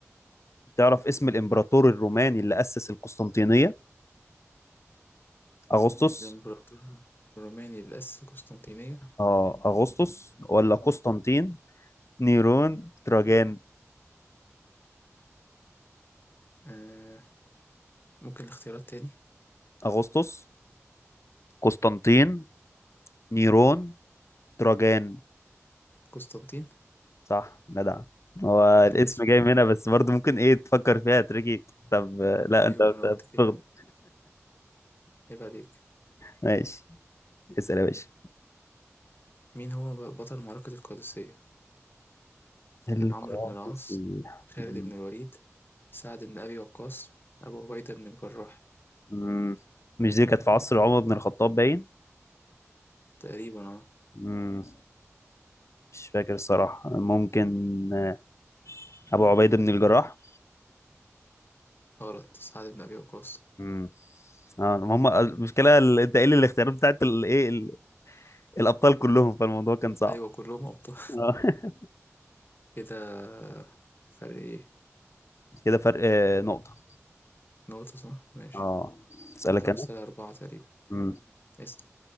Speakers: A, on the left (about 65°); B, on the left (about 45°).
A: تعرف اسم الإمبراطور الروماني اللي أسس القسطنطينية أغسطس
B: الإمبراطور الروماني اللي أسس قسطنطينية
A: آه أغسطس ولا قسطنطين نيرون تراجان
B: آه ممكن الاختيارات تاني
A: أغسطس قسطنطين نيرون تراجان
B: قسطنطين
A: صح جدع هو
B: من
A: الاسم
B: الاسم
A: جاي من هنا بس برضه ممكن ايه تفكر فيها تريكي طب آه، لا
B: أيوة
A: انت بت-
B: ما أنا قلت كده
A: بتغلط
B: عيب عليك
A: ماشي اسأل يا باشا
B: مين هو ب- بطل معركة القادسية
A: القادسية
B: عمرو بن العاص خالد
A: مم.
B: بن الوليد سعد بن أبي وقاص أبو عبيدة بن الجراح
A: مم. مش دي كانت في عصر عمر بن الخطاب باين
B: تقريبا اه
A: مم. مش فاكر الصراحة ممكن أبو عبيدة بن الجراح
B: غلط سعد بن أبي وقاص
A: مم. اه هم المشكلة ال- انت قايل الاختيارات بتاعت الايه الأبطال كلهم فالموضوع كان صعب
B: أيوة كلهم أبطال
A: آه. <laughs>
B: <laughs> كده فرق إيه؟
A: كده فرق آه، نقطة
B: نقطة صح ماشي
A: اه أسألك
B: خمسة
A: أنا
B: أربعة تقريبا
A: مم.
B: اسم